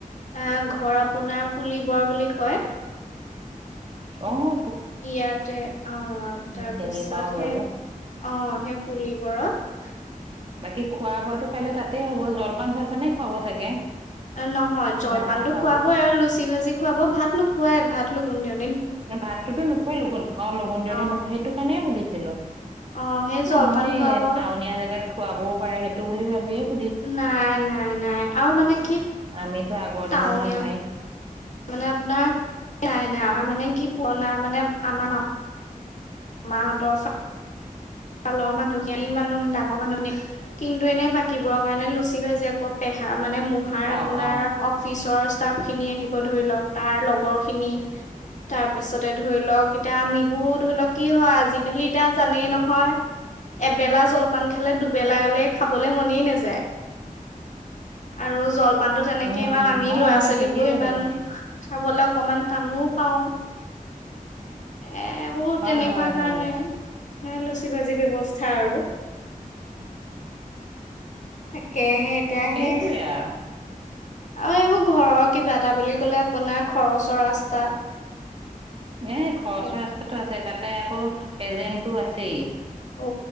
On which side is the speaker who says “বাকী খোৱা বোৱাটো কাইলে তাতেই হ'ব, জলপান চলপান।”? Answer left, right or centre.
Right